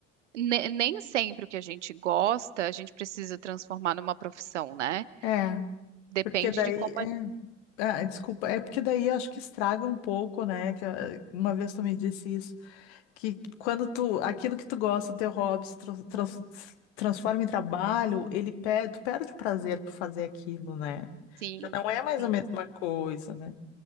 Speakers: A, on the right (about 70°); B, on the left (about 60°).
A: ne- nem sempre o que a gente gosta, a gente precisa transformar numa profissão, né?
B: é.
A: Depende
B: Porque daí,
A: de como,
B: é,
A: a-
B: ah, desculpa, é porque daí eu acho que estraga um pouco, né? Que ah, uma vez tu me disse isso. que quando tu, aquilo que tu gosta, o teu hobby se tran- trans- transforma em trabalho, ele perde, tu perde o prazer por fazer aquilo, né?
A: sim,
B: Já não é mais
A: sim.
B: a mesma coisa, né?